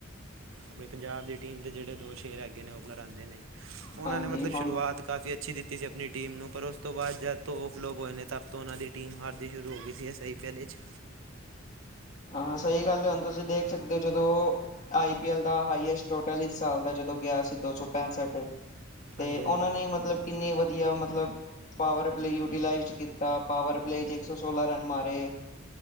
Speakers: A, on the right; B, on the left.
A: ਆਪਣੀ ਪੰਜਾਬ ਦੀ ਟੀਮ ਦੇ ਜਿਹੜੇ ਦੋ ਸ਼ੇਰ ਹੈਗੇ ਨੇ ਓਪਨਰ ਆਉਂਦੇ ਨੇ ਉਹਨਾਂ
B: ਹਾਂਜੀ
A: ਨੇ ਮਤਲਬ
B: ਹੁਣ
A: ਸ਼ੁਰੂਆਤ ਕਾਫੀ ਅੱਛੀ ਦਿੱਤੀ ਸੀ ਆਪਣੀ ਟੀਮ ਨੂੰ ਪਰ ਉਸ ਤੋਂ ਬਾਅਦ ਜਦ ਧੋ ਫਲੋਪ ਹੋਏ ਨੇ ਤਾਂ ਤਾਂ ਉਹਨਾਂ ਦੀ ਟੀਮ ਹਾਰਦੀ ਸ਼ੁਰੂ ਹੋ ਗਈ ਸੀ ਐ ਆਈ ਪੀ ਐਲ ਵਿੱਚ
B: ਹਾਂਾਂ ਸਹੀ ਗੱਲ ਹੈ ਹੁਣ ਤੁਸੀਂ ਦੇਖ ਸਕਦੇ ਹੋ ਜਦੋਂ ਆਈ ਪੀ ਐਲ ਦਾ ਹਾਈਐਸਟ ਟੋਟਲ ਇਸ ਸਾਲ ਦਾ ਜਦੋਂ ਗਿਆ ਸੀ ਦੋ ਸੌ ਪੈਂਸਠ ਤੇ
A: ਹਾਂਜੀ
B: ਉਹਨਾਂ
A: ਹਾਂਜੀ
B: ਨੇ ਮਤਲਬ ਕਿੰਨੇ ਵਧੀਆ ਮਤਲਬ ਪਾਵਰ ਪਲੇ ਯੂਟੀਲਾਈਜ਼ਡ ਕੀਤਾ ਪਾਵਰ ਪਲੇ 'ਚ ਇੱਕ ਸੌ ਸੋਲਾਂ ਰਨ ਮਾਰੇ